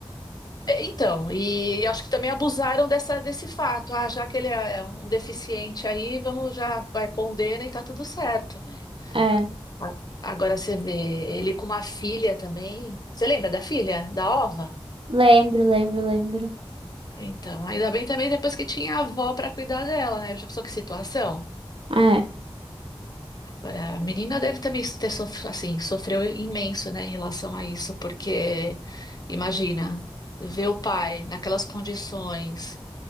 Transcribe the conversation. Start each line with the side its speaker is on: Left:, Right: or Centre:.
Left: É, Então, e acho que também abusaram dessa, desse fato. Ah, já que ele é é um deficiente aí, vamos já, vai pondendo e tá tudo certo, né?
Right: É,
Left: A- Agora você vê ele com uma filha também. Você lembra da filha, da Ova?
Right: lembro, lembro, lembro.
Left: Então, ainda bem também depois que tinha a avó para cuidar dela, né? Já pensou que situação?
Right: É.
Left: Agora, a menina deve também ter sof- assim, sofreu imenso, né, em relação a isso, porque imagina ver o pai naquelas condições